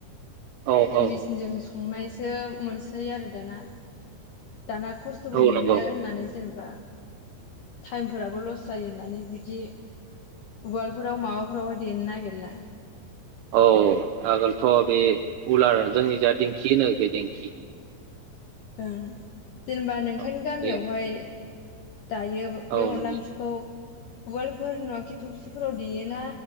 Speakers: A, on the right; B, on the left.
A: औ औ
B: मिचिनजों संनायसो मोनसै आरो दाना। दाना खस्थ'बो
A: औ
B: मोनो
A: नंगौ
B: होननानै जेनबा टाइमफोराबो लस जायो होननानै बिदि वालफोराव माबाफोरावहाय देनो नागेरला।
A: औ आगोलथ' बे उलार जोंनि जा दिंखि होनो इखो दिंखि।
B: ओं। जेनेबा नोंथांनि
A: औ
B: गामियावहाय
A: बे
B: दायो
A: औ
B: बे अनला
A: नंगौ
B: ओंख्रिखौ उवालफोर नुवाख खि थबसि फोराव देयोना?